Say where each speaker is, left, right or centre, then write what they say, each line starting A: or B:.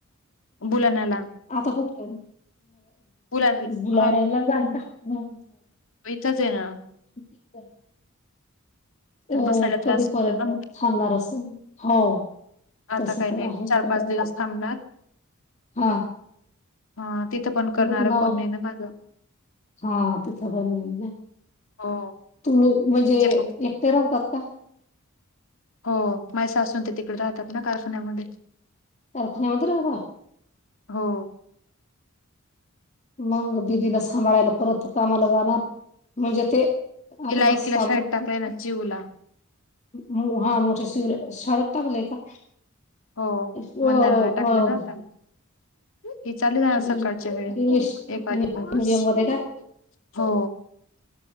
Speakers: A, on the left; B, on the left.
A: बुलाण्याला
B: आता कुठेु
A: बुलाण्या
B: बुलाड्याला जा
A: इथंच आहे ना
B: <unintelligible> अ
A: तर बसायला
B: कधीपर्यंत
A: त्रास त्याला
B: थांबणार अस हो
A: आता
B: तस
A: काही
B: तर
A: नाही
B: आहे
A: चार पाच दिवस थांबणार
B: हा
A: अ तिथं पण करणार
B: न
A: कोण नाही ना माझं
B: हा तिथं पण
A: हो
B: तू म्हणजे
A: तिचे प
B: एकटे राहतात का?
A: हो माय सासु न ते तिकडे राहतात ना कारखान्यामध्ये.
B: कारखान्यामध्ये राहतात?
A: हो
B: मंग दिदीला सांभाळायला परत कामाला जाणार म्हणजे ते आपलंच
A: तिला एकीला शाळेत टाकलय न चिऊला.
B: हो हा मोठे शि शाळेत टाकलेय का?
A: हो
B: व-
A: मंदारला
B: व-
A: टाकलय न आता. हिचं आ <unintelligible> सकाळच्या
B: इ-
A: वेळेत
B: इंग्लिश मिडियम मध्ये
A: <unintelligible>
B: का
A: हो